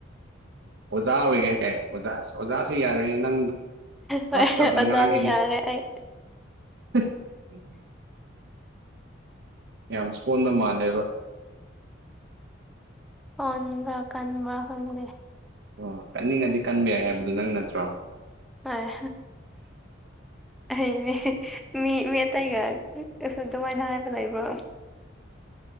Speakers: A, on the right (about 55°); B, in the centre.
A: ꯑꯣꯖꯥ ꯑꯣꯏꯒꯦ ꯀꯦ ꯑꯣꯖ ꯑꯣꯖꯥꯁꯨ ꯌꯥꯔꯨꯅꯦ ꯅꯪꯗ
B: ꯍꯣꯏ
A: ꯇꯞ ꯇꯞꯅ
B: ꯑꯣꯖꯥꯗꯤ
A: ꯉꯥꯡꯉꯤꯅꯤ
B: ꯌꯥꯔꯦ ꯑꯩ
A: <unintelligible> ꯌꯥꯝ ꯁꯣꯟꯕ ꯃꯥꯜꯂꯦꯕ
B: ꯁꯣꯟꯕ꯭ꯔꯥ ꯀꯟꯕ꯭ꯔꯥ ꯈꯪꯗꯦ
A: ꯑꯣ ꯀꯟꯅꯤꯡꯉꯗꯤ ꯀꯟꯕ ꯌꯥꯏ ꯍꯥꯏꯕꯗꯨꯣ ꯅꯪ ꯅꯠꯇ꯭ꯔꯣ
B: ꯑꯥ ꯑꯩꯅꯦ ꯃꯤ ꯃꯤ ꯑꯇꯩꯒ ꯀꯁꯨ ꯑꯗꯨꯃꯥꯏꯅ ꯍꯥꯏꯕ ꯂꯩꯕ꯭ꯔꯣ